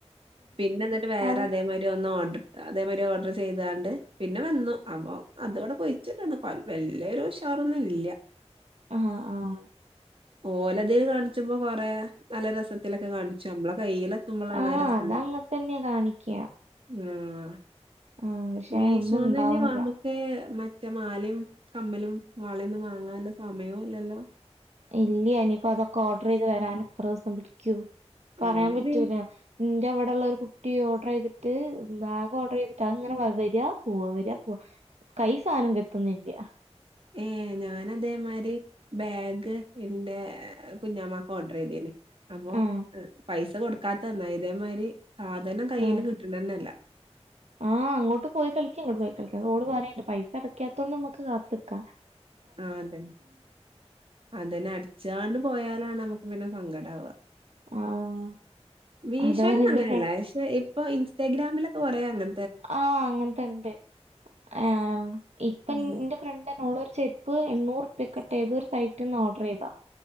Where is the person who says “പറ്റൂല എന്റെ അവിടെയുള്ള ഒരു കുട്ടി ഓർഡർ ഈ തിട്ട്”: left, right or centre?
Right